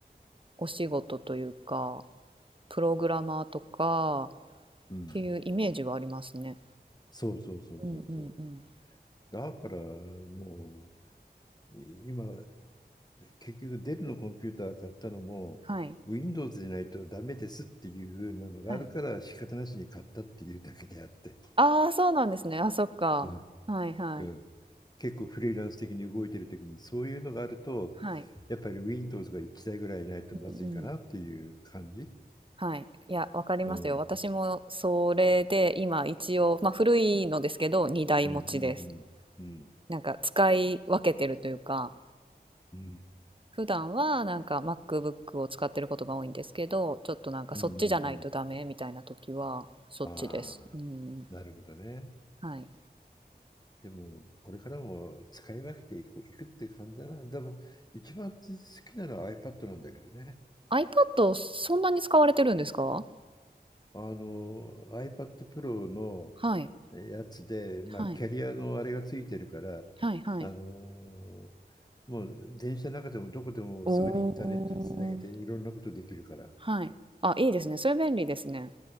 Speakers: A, on the right; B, on the left.
A: お仕事というか、プログラマーとか、
B: うん。うん。
A: ていうイメージはありますね。
B: そうそうそうそうそう。
A: うんうんうん。
B: だからもう、い今、結局デルのコンピューター買ったのも、
A: はい、
B: Windows でないとダメですっていう風なのがあるから仕方なしに買ったっていうだけであって。
A: はい。ああ、そうなんですね。あ、そっか。
B: うん
A: はいはい。
B: うん。結構フリーランス的に動いてる時にそういうのがあるとやっぱり
A: はい。
B: Windows が1台ぐらいないとまずいかなっていう感じ。
A: うんうん。はい。いや、わかりますよ。
B: うん。
A: 私もそれで今一応、まあ古いのですけど、2台持ちです。
B: うんうんうん。うん。
A: なんか使い分けてるというか、
B: う
A: 普段はなんか MacBook を使ってることが多いんですけど、ちょっとなんかそっちじゃないとダメみたいな時はそっちです。
B: んうんうん。ああ、
A: うん。
B: なるほどね。
A: はい。
B: でも、これからも使い分けていく、いくって感じだな。でも、一番好きなのは iPad なんだけどね。
A: iPad そんなに使われてるんですか
B: あの、iPad Pro の
A: はい。
B: やつで、まあ、
A: はい。
B: キャリアのあれがついてるから、
A: はいはい。
B: あのもう電車の中でもどこでもすぐにインターネットつなげていろんなことできるから、
A: おお。はい。あ、いいですね。それ便利ですね。